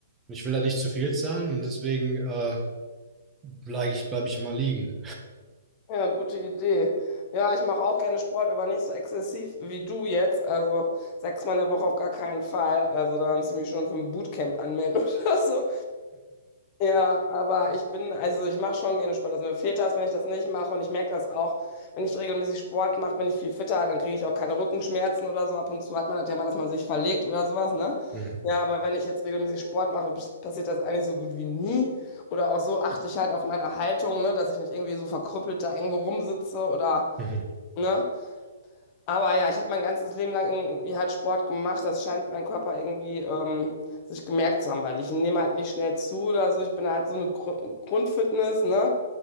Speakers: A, on the right; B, on the left.
A: ich will da nicht zu viel zahlen und deswegen äh, bleibe ich, bleib ich mal liegen.
B: Ja, gute Idee. Ja, ich mache auch gerne Sport, aber nicht so exzessiv wie du jetzt. Also sechsmal in der Woche auf gar keinen Fall. Also da haben sie mich schon für ein Bootcamp anmelden <laughs> oder so. Ja, aber ich bin, also ich mache schon gerne Sport. Also mir fehlt das, wenn ich das nicht mache. Und ich merke das auch, wenn ich regelmäßig Sport mache, bin ich viel fitter. Dann kriege ich auch keine Rückenschmerzen oder so. Ab und zu hat man das ja mal, dass man sich verlegt oder sowas, ne?
A: Mhm.
B: Ja, aber wenn ich jetzt regelmäßig Sport mache, pass- passiert das eigentlich so gut wie nie. Oder auch so achte ich halt auf meine Haltung, ne, dass ich nicht irgendwie so verkrüppelt da irgendwo rumsitze oder,
A: Mhm.
B: ne? Aber ja, ich habe mein ganzes Leben lang irgendwie halt Sport gemacht. Das scheint mein Körper irgendwie ähm, sich gemerkt zu haben, weil ich nehme halt nicht schnell zu oder so. Ich bin halt so eine Grund Grundfitness, ne?